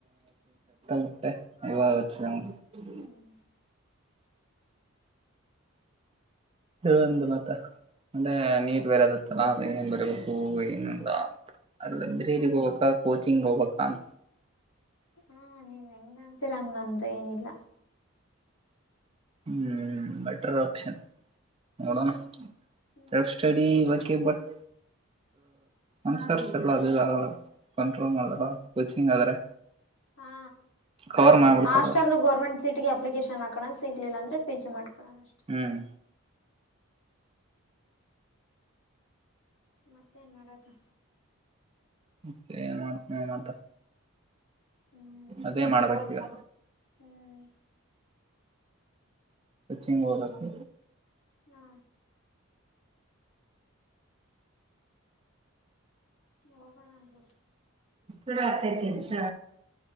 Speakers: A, on the right; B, on the left.
A: ಬಿಟ್ಟೆ <unintelligible>
B: ಹ್ಮ್
A: ಇ ಒಂದು ಮಾತ ಅಂದ್ರೆ ನೀಟ್ ಬೇರೆದತ್ತಲ್ಲ ಅದು ಏನ್ ಬರ್ಬೇಕು ಏನು ಅಂತ ಲೈಬ್ರೇರಿಗ್ ಹೋಗ್ಬೇಕ ಕೋಚಿಂಗ್ ಹೋಗ್ಬೇಕ ಅಂತ
B: ಹ್ಮ ನೀನ್ ಅಂತಿರ ಹಂಗತ ಏನಿಲ್ಲ
A: ಹ್ಮ್ ಬೆಟರ್ ಆಪ್ಷನ್ ನೋಡಣ
B: ಹ್ಮ್
A: ಸೆಲ್ಫ್ ಸ್ಟಡಿ ಬ ಬಟ್ ಅನ್ಸರ್ಸಲ್ಲ ಅದುಗಲ್ಲ <unintelligible> ಕಂಟ್ರೋಲ್
B: ಹ್ಮ್
A: ಮಾಡದಾರ ಕೋಚಿಂಗ್ ಆದ್ರೆ
B: ಹಾ
A: ಕವರ್ ಮಾಡ್ಬಿಡ್ತಾರ
B: ಹಾಸ್ಟಲ್
A: ಅವ್ರು
B: ಗೋರ್ಮೆಂಟ್ ಸೀಟಗೆ ಅಪ್ಲಿಕೇಶನ್ ಹಾಕಣ ಸಿಗಲಿಲ್ಲ ಅಂದ್ರೆ ಪಿ ಜಿ ಮಾಡ್ಕೋಣ ಅಷ್ಟ
A: ಹ್ಮ್
B: ಮತ್ತೇನು ಮಾಡೋದು
A: ಮತ್ತೆ ಏನ್ ಮಾಡ್ತನ ಅಂತ
B: ಹ್ಮ್
A: ಅದೇ ಮಾಡ್ಬೇಕ ಈಗ
B: ಹ್ಮ್
A: ಕೋಚಿಂಗ್ ಓಗಬೇಕು
B: ಹಾ ಹೋಗೋಣ ಅ
A: ಇರ ಆಗ್ತೈತಿ ಎಂತ